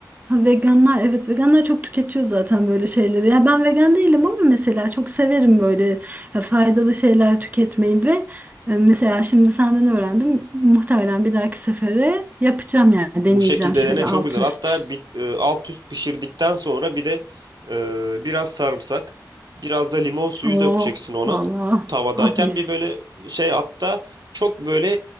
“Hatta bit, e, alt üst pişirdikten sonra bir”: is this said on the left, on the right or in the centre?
Right